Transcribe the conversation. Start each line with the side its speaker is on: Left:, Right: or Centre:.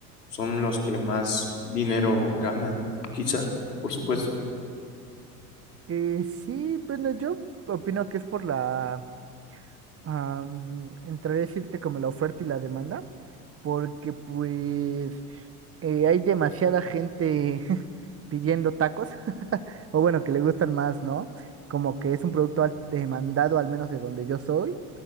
Left: son los que más dinero ganan, quizá, por supuesto.
Right: Eh, sí, bueno, yo opino que es por la am, entraré a decirte como la oferta y la demanda, porque pues eh, hay demasiada gente <laughs> pidiendo tacos, <laughs> o bueno, que le gustan más, ¿no? Como que es un producto al- demandado, al menos de donde yo soy.